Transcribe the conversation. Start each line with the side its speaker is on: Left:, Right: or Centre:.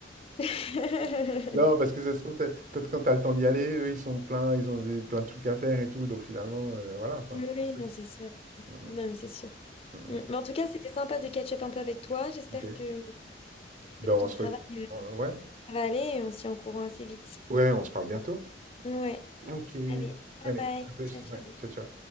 Left: <laughs>
Right: Non, parce que ça se trouve, peut-être peut-être quand t'as le temps d'y aller, eux, ils sont pleins, ils ont des, plein de trucs à faire et tout, donc finalement, euh, voilà, quoi.
Left: Oui,
Right: C'est
Left: oui,
Right: pour ça.
Left: non, c'est sûr.
Right: Mhm,
Left: Non, mais c'est sûr.
Right: mhm.
Left: Mm. Mais en tout cas, c'était sympa de catch-up un peu avec toi. J'espère
Right: Ok.
Left: que, que
Right: Ben, on
Left: ton
Right: se...
Left: travail
Right: re-
Left: euh,
Right: on- Ouais.
Left: va aller et on s'y en courant assez vite.
Right: Ouais, on se parle bientôt.
Left: Ouais,
Right: Ok.
Left: allez, bye
Right: Allez,
Left: bye,
Right: à plus.
Left: ciao ciao.
Right: Ouais, ciao, ciao.